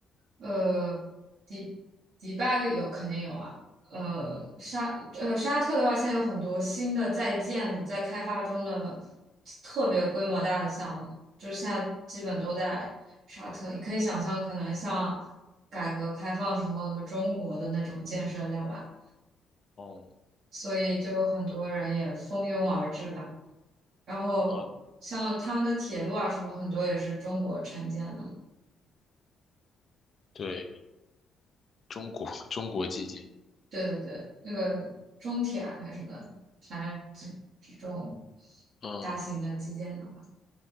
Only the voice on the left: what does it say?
哦
啊，
对，中国 <laughs> 中国基建，
嗯。